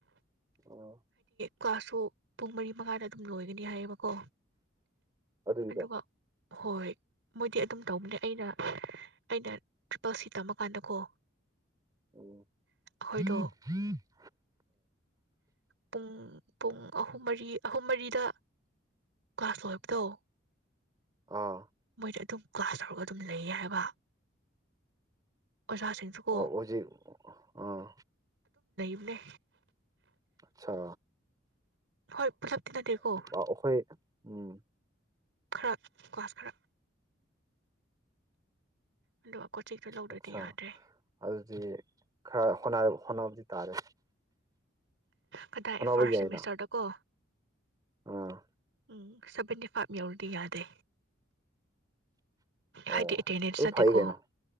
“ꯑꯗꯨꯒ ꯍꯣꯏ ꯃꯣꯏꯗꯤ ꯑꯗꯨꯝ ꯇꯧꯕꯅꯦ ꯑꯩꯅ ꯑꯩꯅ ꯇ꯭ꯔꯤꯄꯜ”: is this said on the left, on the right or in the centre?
Right